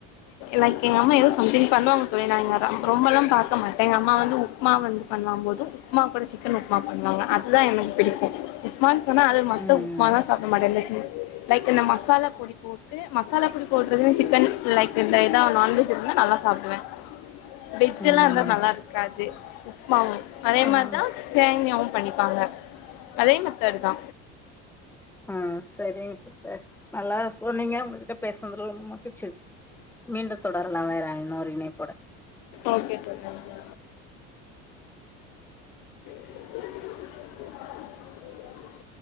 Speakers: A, on the left; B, in the centre.
A: லைக் எங்க அம்மா ஏதோ சம்திங் பண்ணுவாங்க தோழி நாங்க ரொம்ப எல்லா பாக்க மாட்டேன் எங்க அம்மா வந்து உப்புமா வந்து பண்ணுலாபோது உப்மா கூட சிக்கன் உப்புமா பண்ணுவாங்க அதுதா எனக்கு பிடிக்கும் உப்மா ஆனா அது மத்த
B: ம்
A: உப்புமா லா சாப்பிட மாட்டே இது லைக் இந்த மசாலா பொடி போட்டு மசாலா பொடி போடுறது சிக்கன் லைக் இந்த இதா நான்வெஜ் இருந்தா நல்லா சாப்பிடுவே வெஜ்
B: ம்
A: எல்லா இருந்துதா
B: ம்
A: நல்லா இருக் காது உப்புமாவு அதே
B: ம்
A: மாதிரிதா சேமியாவும் பண்ணிப்பாங்க அதே மாதிரி சரிதா
B: ஆ சரிங்க சிஸ்டர் நல்லா சொன்னீங்க உங்ககிட்ட பேசுனதுல ரொம்ப மகிழ்ச்சி மீண்டும் தொடர்ல்லா வேற இன்னொரு இணைப் ஓட
A: ஓகே தோழி நன்றி <unintelligible>